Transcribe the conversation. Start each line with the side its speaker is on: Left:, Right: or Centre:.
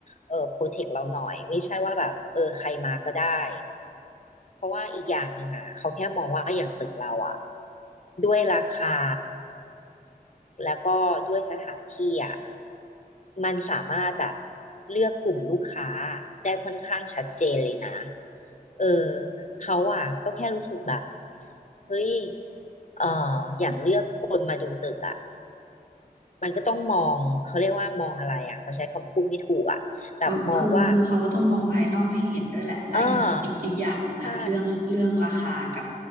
Left: เออโปรเทคเราหน่อยไม่ใช่ว่าแบบเออใครมาก็ได้เพราะว่าอีกอย่างหนึ่งอะเขาแค่มองว่าอย่างตึกเราอะด้วยราคาแล้วก็ด้วยสถานที่อะมันสามารถแบบเลือกกลุ่มลูกค้าได้ค่อนข้างชัดเจนเลยนะเออเขาอะก็แค่รู้สึกแบบเฮ้ย เอ่ออย่างเลือกคนมาดูตึกอ่ะมันก็ต้องมอง เขาเรียกว่ามองอะไรอ่ะเขาใช้คำพูดไม่ถูกอ่ะแบบมองว่า
Right: เออคือคือเขาต้องมองภายนอกให้เห็นด้วยแหละแลวอีกอีกอีกอย่างหนึ่งอะเรื่องเรื่องราคากับ
Left: เออใช่